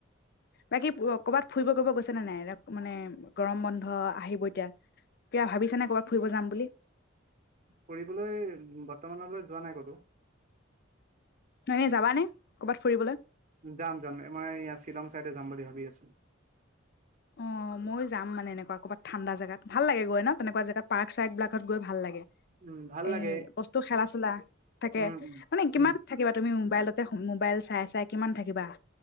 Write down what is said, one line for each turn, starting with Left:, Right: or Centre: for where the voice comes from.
Left: বাকী কৰ'বাত ফুৰিব গব গৈছে নে নাই? মানে গৰম বন্ধ আহিব এতিয়া, কিবা ভাবিছ নে কৰ'বাত ফুৰিব যাম বুলি?
Right: ফুৰিবলৈ বৰ্তমানলৈ যোৱা নাই ক'তো।
Left: ন' এনে যাবা নে, কৰ'বাত ফুৰিবলৈ?
Right: যাম যাম। মই এই শ্বিলং চাইডে যাম বুলি ভাবি আছো।
Left: অ', ময়ো যাম মানে এনেকুৱা ক'বাত ঠাণ্ডা জেগাত। ভাল লাগে গৈ ন' তেনেকুৱা জেগাত, পাৰ্ক চাৰ্ক বিলাকত গৈ ভাল লাগে।
Right: উম ভাল
Left: এই
Right: লাগে
Left: বস্তু খেলা চেলা থাকে,
Right: উম উম
Left: মানে কিমান
Right: উম
Left: থাকিবা তুমি মোবাইলতে, মোবাইল চাই চাই কিমান থাকিবা।